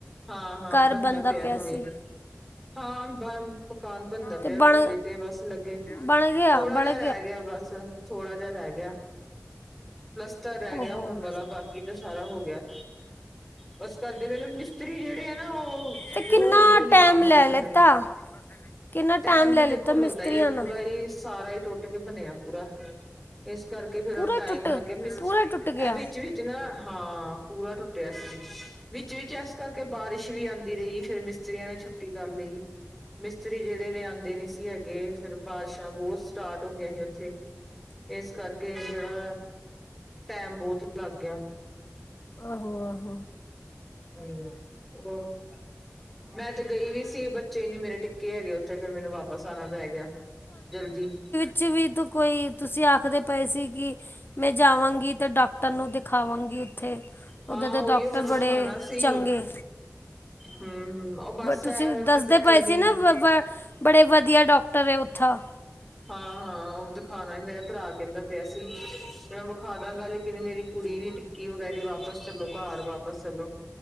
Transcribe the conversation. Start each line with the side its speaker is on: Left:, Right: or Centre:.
Centre: ਹਾਂ-ਹਾਂ,
Left: ਘਰ
Centre: ਬੰਦਾ
Left: ਬਣਦਾ
Centre: ਪਿਆ ਹਜੇ,
Left: ਸੀ
Centre: ਹਾਂ ਬਣ ਮਕਾਨ ਬਣਦਾ ਪਿਆ
Left: ਤੇ ਬਣ
Centre: ਵਾ। ਹਜੇ ਤੇ ਬਸ ਲੱਗੇ।
Left: ਬਣ ਗਿਆ
Centre: ਥੋੜਾ
Left: ਬਣ
Centre: ਜਿਹਾ ਰਹਿ ਗਿਆ, ਬਸ ਥੋੜਾ ਜਿਹਾ ਰਹਿ ਗਿਆ। ਪਲੱਸਤਰ ਰਹਿ
Left: ਉਹ
Centre: ਗਿਆ।
Left: ਬਸ
Centre: ਹੋਣ ਵਾਲਾ, ਬਾਕੀ ਤਾਂ ਸਾਰਾ ਹੋ ਗਿਆ। ਬਸ ਕਰਦੇ, ਪਏ ਨੇ ਮਿਸ ਤਰੀ ਜਿਹੜੇ ਆ ਨਾ ਉਹ,
Left: ਤੇ ਕਿੰਨਾ
Centre: ਹੌਲੀ-ਹੌਲੀ
Left: ਟਾਈਮ
Centre: ਕੰਮ
Left: ਲੈ
Centre: ਕਰਦੇ
Left: ਲਿੱਤਾ
Centre: ਨੇ।
Left: ਕਿੰਨਾ
Centre: ਟੈਮ
Left: ਟਾਈਮ ਲੈ
Centre: ਤੇ ਦੇਖੋ
Left: ਲਿੱਤਾ ਮਿਸਤਰੀਆਂ
Centre: ਲੱਗਦਾ ਈ ਐ।
Left: ਨਾਲ
Centre: ਪੂਰਾ ਈ, ਸਾਰਾ ਈ ਟੁੱਟ, ਕੇ ਬਣਿਆ ਪੂਰਾ। ਇਸ ਕਰਕੇ ਫੇਰ,
Left: ਪੂਰਾ
Centre: ਟਾਈਮ
Left: ਟੁੱਟ
Centre: ਲੱਗ ਗਿਆ। ਮਿਸਤਰੀ,
Left: ਪੂਰਾ ਟੁੱਟ ਗਿਆ
Centre: ਇਹ ਵਿੱਚ ਵੀ ਨਾ ਹਾਂ, ਪੂਰਾ ਟੁੱਟਿਆ ਸੀ, ਵਿੱਚ-ਵਿਚ ਐ ਇਸ ਕਰਕੇ ਬਾਰਿਸ਼ ਵੀ ਆਉਂਦੀ ਰਹੀ ਫੇਰ ਮਿਸਤਰੀਆਂ ਨੇ ਛੁੱਟੀ ਕਰ ਲਈ। ਮਿਸਤਰੀ ਜਿਹੜੇ ਨੇ ਆਉਂਦੇ ਨੀ ਸੀ ਹੈਗੇ ਫੇਰ ਬਾਰਿਸ਼ਾਂ ਬਹੁਤ ਸਟਾਰਟ ਹੋ ਗਈਆਂ ਸੀ ਉੱਥੇ। ਇਸ ਕਰਕੇ ਜਿਹੜਾ, ਟੈਮ ਬਹੁਤ ਲੱਗ ਗਿਆ।
Left: ਆਹੋ-ਆਹੋ।
Centre: ਹੂੰ, ਹੋਰ? ਮੈਂ ਤੇ, ਗਈ ਵੀ ਸੀ। ਬੱਚੇ ਨੀ, ਮੇਰੇ ਟਿੱਕੇ, ਹੈਗੇ ਉੱਥੇ। ਫੇਰ ਮੈਨੂੰ ਵਾਪ ਬਸ ਆਉਣਾ, ਪੈ ਗਿਆ, ਜਲਦੀ।
Left: ਵਿ ਚ ਤੂੰ, ਕੋਈ ਤੁਸੀਂ ਆਖਦੇ, ਪਏ ਸੀ ਕਿ, ਮੈਂ ਜਾਵਾਂਗੀ ਤਾਂ ਡਾਕਟਰ। ਤ ਨੂੰ ਦਿਖਾਵਾਂਗੀ ਉੱਥੇ,
Centre: ਹਾਂ
Left: ਉੱਧਰ ਦੇ
Centre: ਉਹੀਓ
Left: ਡਾਕਟਰ
Centre: ਮੈਂ ਦਿਖਾਣਾ
Left: ਬੜੇ
Centre: ਸੀ
Left: ਚੰਗੇ।
Centre: ਹੂੰ-ਹੂੰ ਉਹ ਬਸ
Left: ਤੁਸੀਂ
Centre: ਐ ਵਾ
Left: ਦੱਸਦੇ,
Centre: ਕਿ ਬੱਚੇ
Left: ਪਏ
Centre: ਨੀ
Left: ਸੀ ਨਾ। ਬੜੇ ਵਧੀਆ, ਡਾਕਟਰ ਹੈ ਉੱਥੋਂ।
Centre: ਹਾਂ- ਹਾਂ, ਉਹ ਦਿਖਾਉਣਾ। ਮੇਰਾ ਭਰਾ, ਕਹਿੰਦਾ ਪਿਆ ਸੀ। ਮੈਂ ਵਿਖਾ ਦਾ। ਜਿਵੇ ਮੇਰੀ ਕੁੜੀ ਨੀ। ਕਿ ਉਹ, ਕਹਿ ਰਹੀ ਹੈ। ਵਾਪਸ ਚਲੋ, ਘਰ ਵਾਪਸ ਚਲੋ,